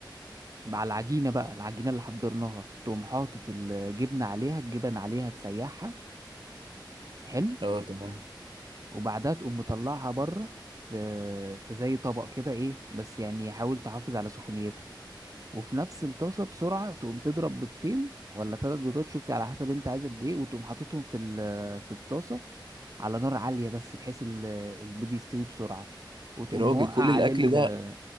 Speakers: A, on the right; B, on the right.
A: مع العجينة بقى العجينة اللي حضرناها تقوم حاطط الجبنة عليها الجبن عليها تسيحها حلو
B: اه تمام
A: وبعدها تقوم مطلعها بره في في زي طبق كده ايه بس يعني حاول تحافظ على سخونيتها وفي نفس الطاسة بسرعة تقوم تضرب بيضتين ولا ثلاث بيضات شوفي على حسب انت عايز قد ايه وتقوم حاططهم في ال- في الطاسة على نار عالية بس بحيث ال- البيض يستوي بسرعة وتقوم
B: يا راجل
A: موقع
B: كل
A: عليه
B: الاكل
A: ال-
B: ده